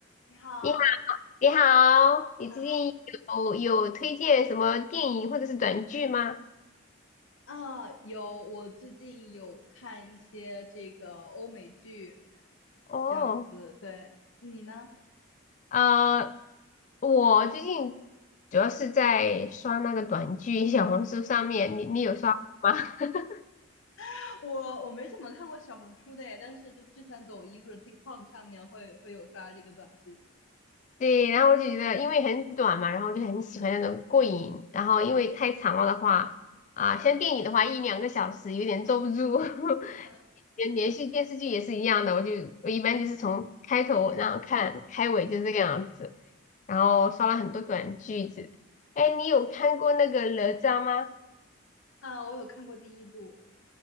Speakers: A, on the left (about 75°); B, on the left (about 35°).
A: 你好，
B: 你好，你好，你最近有有推荐什么电影或者是短剧吗？
A: 啊啊，有，我最近有看一些这个欧美剧，
B: 哦，
A: 这样子，对，你呢？
B: 呃，我最近主要是在刷那个短剧，小红书上面，你你有刷吗？<laughs>
A: <laughs> 我我没怎么看过小红书的耶，但是就是之前抖音或者 TikTok 上面会会有刷这个短剧，
B: 对，然后我就觉得因为很短嘛，然后就很喜欢那种过瘾，然后因为太长了的话，啊、像电影的话一两个小时有点坐不住，<laughs>
A: <laughs> 嗯哼
B: 连连续电视剧也是一样的，我就我一般就是从开头然后看开尾就这个样子。然后刷了很多短句子。哎，你有看过那个哪吒吗？
A: 啊，我有看过第一部，